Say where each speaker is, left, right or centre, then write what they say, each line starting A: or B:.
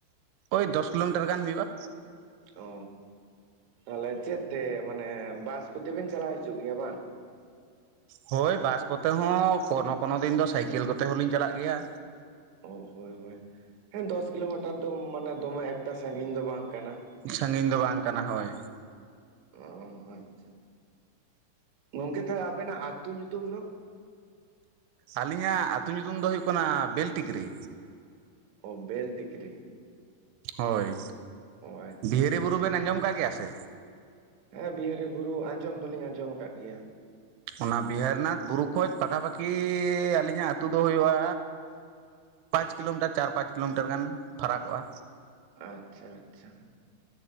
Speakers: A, on the right; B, on the right.
A: ᱳᱭ ᱫᱚᱥ ᱠᱤᱞᱳᱢᱤᱴᱟᱨ ᱜᱟᱱ ᱦᱩᱭᱩᱜᱼᱟ᱾
B: ᱚ ᱛᱟᱞᱦᱮ ᱪᱮᱫ ᱛᱮ ᱢᱟᱱᱮ ᱵᱟᱥ ᱠᱚᱛᱮᱵᱤᱱ ᱪᱟᱞᱟᱣ ᱦᱤᱡᱩᱜ ᱜᱮᱭᱟ ᱵᱟᱝ
A: ᱦᱳᱭ ᱵᱟᱥ ᱠᱚᱛᱮ ᱦᱚᱸ ᱠᱚᱱᱚ ᱠᱚᱱᱚ ᱫᱤᱱ ᱫᱚ ᱥᱟᱭᱠᱮᱞ ᱠᱚᱛᱮ ᱦᱚᱞᱤᱧ ᱪᱟᱞᱟᱜ ᱜᱮᱭᱟ᱾
B: ᱚ ᱦᱳᱭ ᱦᱳᱭ ᱦᱮᱸ ᱫᱚᱥ ᱠᱤᱞᱳᱢᱤᱴᱟᱨ ᱫᱚ ᱢᱟᱱᱮ ᱫᱚᱢᱮ ᱮᱠᱴᱟ ᱥᱟᱸᱜᱤᱧ ᱫᱚ ᱵᱟᱝ ᱠᱟᱱᱟ᱾
A: ᱥᱟᱸᱜᱤᱧ ᱫᱚ ᱵᱟᱝ ᱠᱟᱱᱟ ᱦᱚᱭ᱾
B: ᱚ ᱟᱪᱪᱷᱟ ᱜᱚᱝᱠᱮ ᱛᱟᱦᱚᱞᱮ ᱟᱵᱮᱱᱟᱜ ᱟᱛᱩ ᱧᱩᱛᱩᱢ ᱫᱚ?
A: ᱟᱹᱞᱤᱧᱟᱜ ᱟᱛᱩ ᱧᱩᱛᱩᱢ ᱫᱚ ᱦᱩᱭᱩᱜ ᱠᱟᱱᱟ ᱵᱤᱞᱴᱤᱠᱨᱤ᱾
B: ᱚ ᱵᱮᱞᱴᱤᱠᱨᱤ
A: ᱦᱳᱭ
B: ᱚ ᱟᱪᱪᱷᱟ
A: ᱵᱤᱦᱨᱤ
B: ᱟᱪᱪᱷᱟ
A: ᱵᱩᱨᱩ ᱵᱮᱱ ᱟᱸᱡᱚᱢ ᱠᱟᱜ ᱜᱮᱭᱟ ᱥᱮ
B: ᱦᱮᱸ ᱵᱤᱦᱟᱹᱨᱤ ᱵᱩᱨᱩ ᱟᱸᱡᱚᱢ ᱫᱚᱞᱤᱧ ᱟᱸᱡᱚᱢ ᱠᱟᱫ ᱜᱮᱭᱟ᱾
A: ᱚᱱᱟ ᱵᱤᱦᱟᱨᱤᱱᱟᱛ ᱵᱩᱨᱩ ᱠᱷᱚᱡ ᱯᱟᱠᱷᱟ ᱯᱟᱠᱤ ᱟᱞᱤᱧᱟᱜ ᱟᱛᱩ ᱫᱚ ᱦᱩᱭᱩᱜᱼᱟ᱾ ᱯᱟᱸᱪ ᱠᱤᱞᱳᱢᱤᱴᱟᱨ ᱪᱟᱨ ᱯᱟᱸᱪ ᱠᱤᱞᱳᱢᱤᱴᱟᱨ ᱜᱟᱱ ᱯᱷᱟᱨᱟᱠᱚᱜᱼᱟ᱾
B: ᱟᱪᱪᱷᱟ ᱟᱪᱪᱷᱟ